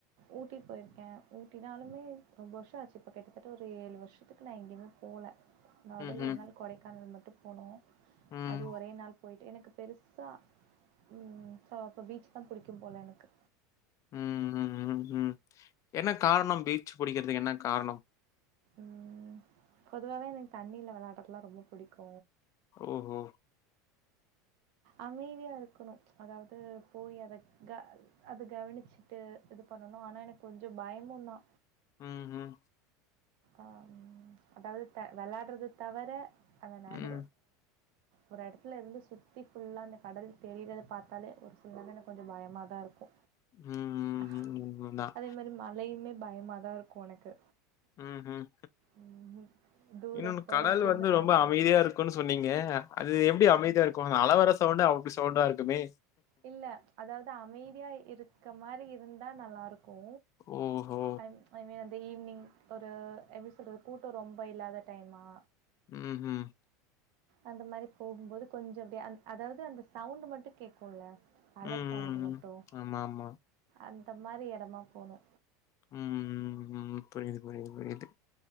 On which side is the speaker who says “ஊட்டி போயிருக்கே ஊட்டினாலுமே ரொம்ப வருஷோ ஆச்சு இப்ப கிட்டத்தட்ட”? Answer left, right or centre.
Right